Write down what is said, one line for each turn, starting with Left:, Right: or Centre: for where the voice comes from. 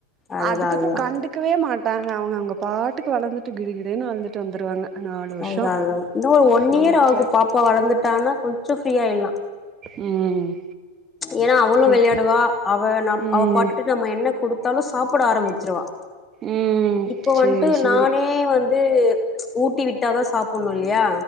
Left: அதுதா
Right: அதுக்கப்றொ
Left: அதுதா
Right: கண்டுக்கவே மாட்டா ங்க அவுங்க பாட்டுக்கு வளந்துட்டு கிடுகிடுன்னு வளந்துட்டு வந்துருவாங்க நாலு வருஷோ
Left: அதா அதா இன்னு ஒரு ஒன்
Right: அவங்க
Left: இயர் ஆகு
Right: கே
Left: பாப்பா வளந்துட்டானா கொஞ்சொ ஃப்ரீயாயில்லா
Right: ம்
Left: ஏனா அவளு
Right: ம்
Left: வெள்யாடுவா அவ நம்
Right: ம்
Left: அவ பாட்டுட்டு நம்ம என்ன குடுத்தாலு சாப்புட ஆரம்மிச்சுருவா
Right: ம்
Left: இப்பொ வன்ட்டு
Right: சேரி சேரி
Left: நானே வந் ந்து ஊட்டி விட்டாதா சாப்புன்னு இல்லியா